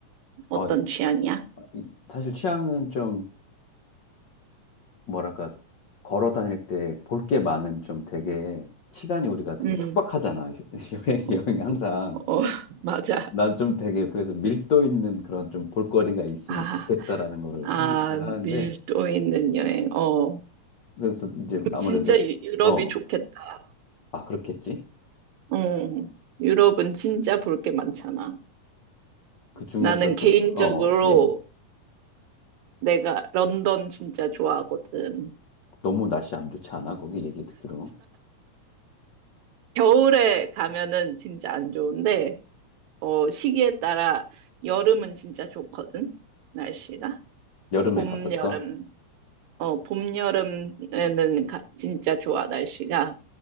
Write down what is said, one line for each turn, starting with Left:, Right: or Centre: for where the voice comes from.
Right: 어떤
Left: 어, 이-
Right: 취향이야?
Left: 이- 사실 취향은 좀, 뭐랄까, 걸어 다닐 때 볼 게 많은 좀 되게, 시간이 우리가 되게
Right: 음,
Left: 촉박하잖아. <laughs> 여행,
Right: 어,
Left: 여행이 항상.
Right: 어, <laughs> 맞아.
Left: 난 좀 되게 그래서 밀도 있는 그런 좀 볼거리가 있으면
Right: 아.
Left: 좋겠다라는 거를
Right: 아,
Left: 선택을 하는데
Right: 밀도 있는 여행. 어,
Left: 그래서 이제 아무래도
Right: 진짜 유- 유럽이
Left: 어,
Right: 좋겠다.
Left: 아 그렇겠지?
Right: 응, 유럽은 진짜 볼 게 많잖아.
Left: 그 중에서도
Right: 나는 개인적으로
Left: 어, 어, 얘기
Right: 내가 런던 진짜 좋아하거든.
Left: 너무 날씨 안 좋지 않아? 거기 얘기 듣기로
Right: 겨울에 가면은 진짜 안 좋은데, 어, 시기에 따라 여름은 진짜 좋거든. 날씨가.
Left: 여름에
Right: 봄,
Left: 갔었어.
Right: 여름. 어, 봄, 여름에는 가- 진짜 좋아, 날씨가.